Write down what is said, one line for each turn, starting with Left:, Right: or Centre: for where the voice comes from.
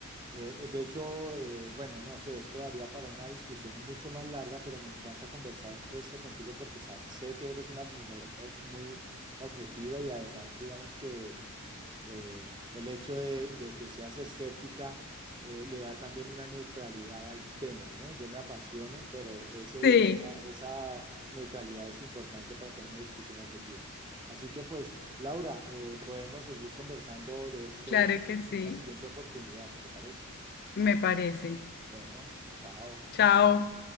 Right: eh, de hecho, eh, bueno, no sé, esto daría para una discusión mucho más larga, pero me encanta conversar esto contigo porque sa- sé que eres una mujer o- muy objetiva y además, digamos que Eh, el hecho de, de, que seas escéptica eh, le da también una neutralidad al tema, ¿no? Yo me apasiono, pero ese,
Left: Sí,
Right: esa, esa neutralidad es importante para tener una discusión objetiva. Así que pues, Laura, eh, podemos seguir conversando de esto
Left: claro
Right: si quieres
Left: que sí,
Right: en una siguiente oportunidad, ¿te parece?
Left: me parece.
Right: Bueno, chao.
Left: Chao.